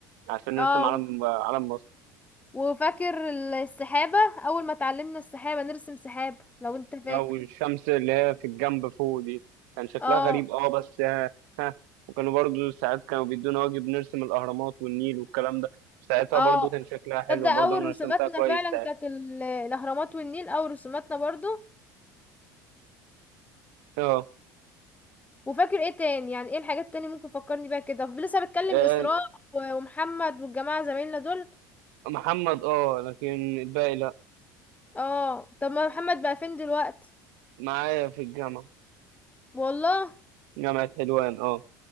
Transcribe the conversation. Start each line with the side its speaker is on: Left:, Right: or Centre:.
Right: عشان نرسم
Left: اه
Right: علم
Left: و-
Right: علم مصر
Left: وفاكر السحابة اول ما اتعلمنا السحابة نرسم سحاب لو انت فاكر
Right: أو الشمس اللي هي في الجنب فوق دي كان شكلها
Left: اه
Right: غريب اه بس ها ها. وكانوا برضو ساعات كانوا بيدونا واجب نرسم الأهرامات والنيل والكلام ده ساعتها
Left: اه
Right: برضو كان شكلها حلو
Left: تصدق
Right: برضو
Left: اول
Right: أنا
Left: رسوماتنا
Right: رسمتها كويس
Left: فعلا
Right: ساعتها
Left: كانت ال- الاهرامات والنيل اول رسوماتنا برضو
Right: اه
Left: وفاكر ايه تاني يعني ايه الحاجات التانية ممكن فكرني بيها كده لسه بتكلم
Right: آه،
Left: اسراء و- ومحمد والجماعة زمايلنا دول
Right: محمد اه لكن الباقي لا
Left: اه طب ما محمد بقى فين دلوقتي
Right: معايا في الجامعة
Left: والله
Right: جامعة حلوان اه